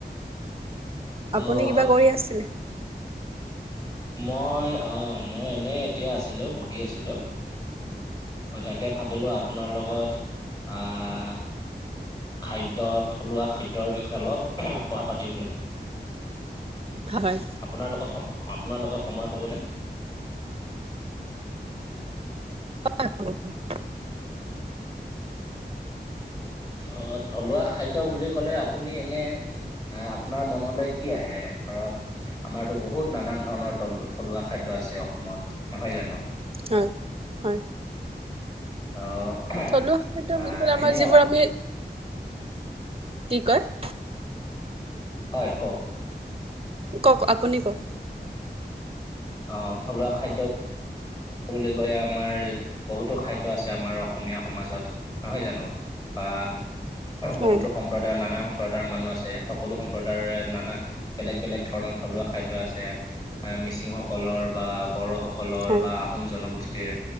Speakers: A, on the right (about 35°); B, on the left (about 20°).
A: আপুনি
B: অ
A: কিবা কৰি আছিলে?
B: মই অ', মই এনে এতিয়া আছিলোঁ, বহি আছিলোঁ। হয়, তাকে ভাবিলো আপোনাৰ লগত আহ খাদ্য থলুৱা খাদ্যৰ বিষয়ে অলপ কথা পাতিম বুলি।
A: হয়।
B: আপোনাৰ লগত সম আপোনাৰ লগত সময় হ'ব নে?
A: <unintelligible>
B: অ', থলুৱা খাদ্য বুলি ক'লে আপুনি এনে অ', আপোনাৰ মনলৈ কি আহে ধৰক আমাৰতো বহুত নানান ধৰণৰ থলুৱা খাদ্য আছে অসমত, নহয় জানো?
A: হয়, হয়।
B: অ'।
A: থলুৱা খাদ্য
B: আহ
A: বুলি ক'লে আমাৰ
B: এনে
A: যিবোৰ আমি, কি কয়?
B: হয়, কওক।
A: কওক আপুনি কওক।
B: অ', থলুৱা খাদ্য কবলৈ গ'লে আমাৰ বহুতো খাদ্য আছে আমাৰ অসমীয়া সমাজত নহয় জানো? বা বহুতো
A: হয়
B: সম সম্প্ৰদায়ৰ নানান সম্প্ৰদায়ৰ মানুহ আছে সকলো সম্প্ৰদায়ৰ নানা বেলেগ বেলেগ ধৰণৰ থলুৱা খাদ্য আছে এ মিচিংসকলৰ বা বড়সকলৰ
A: হয়
B: বা আহোম জনগোষ্ঠীৰ।